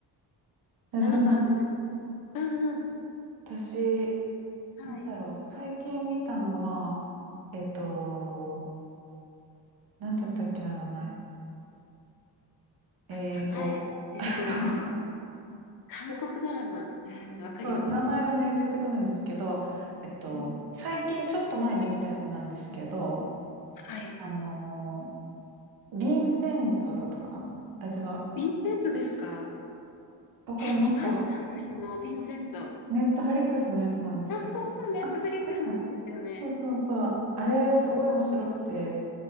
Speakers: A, on the right; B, on the left.
A: や、
B: ナナさんはどうですかうんうん。
A: でもなんか、私、
B: はい。
A: なんだろう。最近見たのは、えっと、なんだったっけな、名前。えっと、
B: あれ、名前出てこないですよ。
A: <laughs> あ
B: 韓国ドラマ。
A: そう
B: うん、わかりますよ。
A: <laughs> そう、名前がね、出てこないんですけど、えっと、
B: うん。
A: 最近ちょっと前に見たやつなんですけど、
B: はい。
A: あのー、リンゼンツォだったかなあ、違う。
B: ヴィンセンツォですか
A: わかりますか
B: え、見ました私も、ヴィンセンツォ。あ、
A: ネットフリックスのやつなんですけど。
B: そうそう、ネットフリックスのやつですよね。
A: あ、でした。そうそうそう。あれ、
B: うん
A: すごい面白くて、